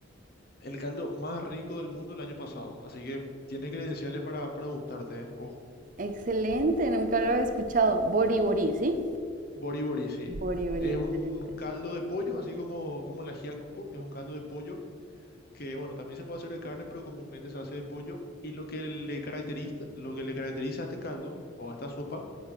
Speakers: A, on the left; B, on the right.
A: el caldo más rico del mundo el año pasado. Así que tiene credenciales para, para gustarte, ¿eh? Ojo.
B: excelente, nunca lo había escuchado. Bori bori, ¿sí?
A: Boriborí, sí.
B: Bori bori,
A: Es
B: excelente.
A: un caldo de pollo, así como, como el ajiaco, es un caldo de pollo que bueno, también se puede hacer de carne, pero comúnmente se hace de pollo. Y lo que le caracteriza, lo que le caracteriza a este caldo o a esta sopa